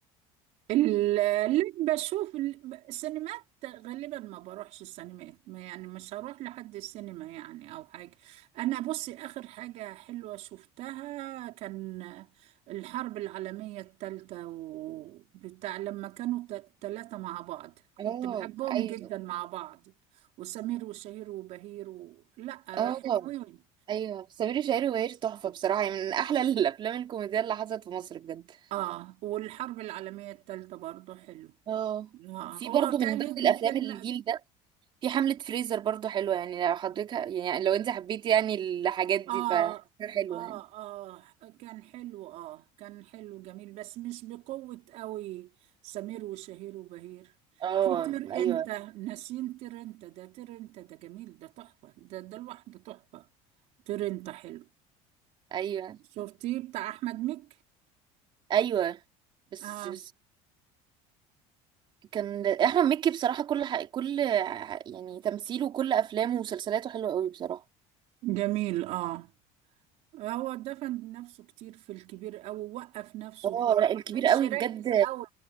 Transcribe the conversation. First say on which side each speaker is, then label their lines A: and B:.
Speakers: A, on the right; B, on the right.
A: ال- اللي بشوف ال- السينمات غالبا ما بروحش السينمات ما- يعني مش هروح لحد السينما يعني او حاجة انا بصي اخر حاجة حلوة شفتها كان الحرب العالمية الثالثة وبتاع لما كانوا ثلاثة مع بعض كنت
B: اه
A: بحبهم
B: ايوه
A: جدا مع بعض وسمير وشهير وبهير و... لا
B: اه
A: حلوين
B: ايوه سمير وشهير وبهير تحفه بصراحه يعني من احلى <laughs> الافلام الكوميديه اللي حصلت في مصر بجد
A: اه والحرب العالمية الثالثة برضو حلو
B: اه
A: آه،
B: في
A: هو
B: برضو
A: تقليد
B: من ضمن الافلام
A: لفيلم
B: الجيل ده في حملة فريزر برضو حلوة يعني لو حضرتك يعني لو انت حبيتي يعني الحاجات دي
A: اه
B: فحاجة حلوة
A: اه
B: يعني
A: اه كان حلو اه كان حلو جميل بس مش بقوة قوي سمير وشهير وبهير
B: اه
A: في طير
B: ايوه
A: انت ناسين طير انت ده طير انت ده جميل ده تحفة ده ده لوحده تحفة طير انت حلو
B: ايوه
A: شفتيه بتاع احمد مكي
B: ايوه بس
A: اه
B: بس كان احمد مكي بصراحة كل ح... كل ح- يعني تمثيله وكل افلامه ومسلسلاته حلوة قوي بصراحة
A: جميل اه هو دفن نفسه كتير في الكبير قوي ووقف نفسه
B: اه
A: فما
B: لا الكبير
A: كانش
B: قوي
A: ركز
B: بجد
A: قوي